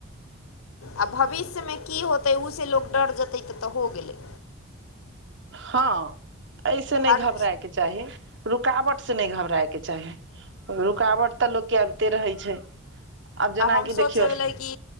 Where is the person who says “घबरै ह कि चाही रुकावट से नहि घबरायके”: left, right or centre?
Right